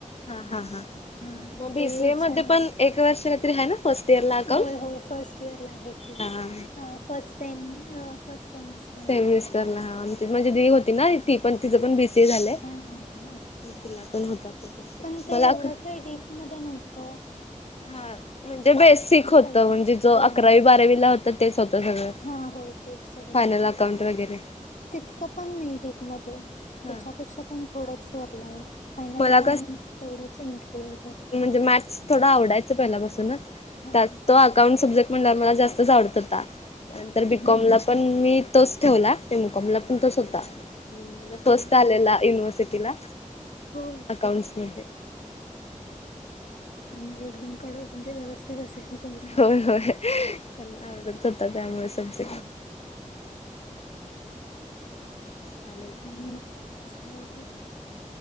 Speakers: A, on the left; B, on the left.
A: हा हा ह
B: हा
A: मग बीसीए
B: ते छान
A: मध्ये
B: वाटत
A: पण एक वर्ष काहीतरी आहे ना फर्स्ट इयर ला अकाउंट
B: होय होय फर्स्ट इयर ला आहे की
A: हा.
B: फट स फस्ट सेमिस्टर.
A: <unintelligible> माझे दी होती ना तीच पण ते झाले
B: हा हा हा अच्छा
A: तिला पण होता सब्जेक्ट
B: पण ते
A: मला
B: एवढं
A: अक
B: काय डीप मध्ये नव्हत
A: हा म्हणजे बेसिक होतं
B: तेवढंच.
A: म्हणजे जो
B: होय.
A: अकरावी, बारावीला होता तेच होत सगळं
B: हा होय तेच सगळं
A: फायनल
B: होतं
A: अकाउंट वगैरे
B: तितकं पण नाही डीप मध्ये
A: हा
B: त्याच्यापेक्षा पण थोडंच वरल्यावर. फायनल
A: मला
B: अकाउंट तेवढंच इंटरव्हू वगैरे
A: मॅथस थोडा आवडायचं पहिल्यापासूनच
B: हा
A: त्यात
B: हा
A: तो
B: हा.
A: अकाऊंट सब्जेक्ट म्हणल्यावर मला जास्तच आवडत होता नंतर बीकॉमला
B: हम्म.
A: पण मी तोच ठेवला ते एमकॉम ला पण तोच होता फर्स्ट
B: हा
A: आलेला युनिव्हर्सिटीला
B: हो
A: अकाउंट्स मध्येे
B: हा मग एकदम कडक म्हणजे व्यवस्थित असेल. तुमचा.
A: होय होय त्यांना आवडत होता. त्यामुळे समज
B: हा.
A: चालेल.
B: स <inaudible>